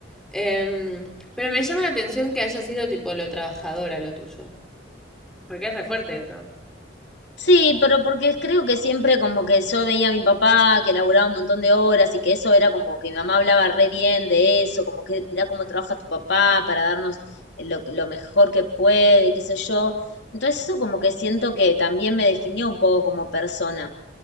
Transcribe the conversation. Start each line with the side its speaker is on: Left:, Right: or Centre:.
Centre: Em, pero me llama la atención que haya sido tipo lo trabajadora lo tuyo, porque es re fuerte eso.
Left: Sí, pero porque creo que siempre como que yo veía a mi papá que laburaba un montón de horas y que eso era como que mi mamá hablaba re bien de eso, como que mira cómo trabaja tu papá para darnos eh, lo, lo mejor que puede, y qué sé yo. Entonces eso como que siento que también me definió un poco como persona.